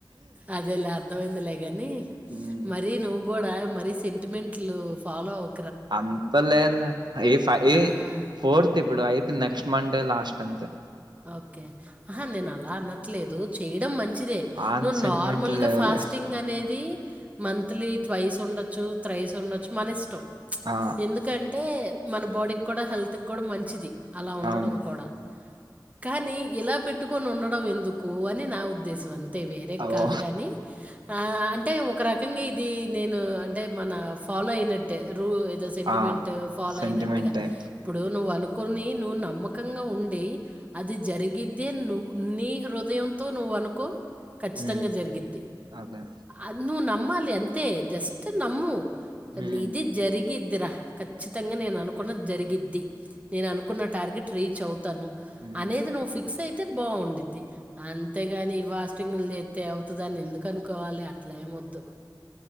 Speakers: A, on the right (about 20°); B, on the right (about 75°).
A: అదే లే అర్థమైందిలే కాని
B: హ్మ్.
A: మర నువ్వు కూడా మర సెంటిమెంట్లు ఫాలో అవ
B: అంత లేఏఫై ఏఫోర్త్
A: ఆ!
B: ఇప్పుడు అయి నెక్స్ట్ మండే లాస్ట్ అంతే
A: ఓకే ఆహా
B: ఆ!
A: నేన అలా నట్లేదు చేయడం మన్ మంచిదే
B: ఆన్
A: నువ్వు
B: సెంటిమెంటల్
A: నార్మల్ గా
B: లెవెల్
A: ఫాస్టింగ్ అనేది మంత్లీ ట్వైస్ ఉండొచ్చు త్రైస్ ఉండొచ్చు మన ఇష్టం
B: ఆ
A: ఎందుకంటే మన బాడీకి కూడా హెల్త్కి కూడా మంచిది అలా ఉండడం
B: అవును
A: కూడా కానీ ఇలా పెట్టుకొని ఉండడం ఎందుకు అని నా ఉద్దేశం అంత వేరేం
B: ఓ
A: కాదు గాని ఆ అంటే టే ఒక రకంగా ఇది నేను అంటే మన ఫాలో అయినట్టే రు ఏదో సెంటిమెంట్
B: ఆ
A: ఫాలో
B: సెంటిమెంట్
A: అయినట్టుగా
B: టైప్
A: ఇప్పుడు నువ్వను కొన్ని నువ్ నమ్మకంగా ఉండి అది జరిగిద్ది నువ్వు నీ హృదయంతో నువ్వు అనుకో ఖచ్చితంగా
B: ఉమ్
A: జరిగిద్ది
B: అదే
A: అది నువ్ న మ్మాలి అంతే జస్ట్ నమ్ము
B: ఉమ్
A: లిది జరిగిద్దిరా ఖచ్చితంగా నేను అనుకున్నది జరిగిద్ది నేను అనుకున్న టార్గెట్ రీచ్ అవుతాను
B: ఉమ్
A: అనేది నువ్వు ఫిక్స్ అయితే బావుండిద్ది అంతేగానీ ఈ ఫాస్టింగ్ లు జే తే ఔతదాని ఎందుకు అనుకోవాలి అట్ల ఏమొద్దు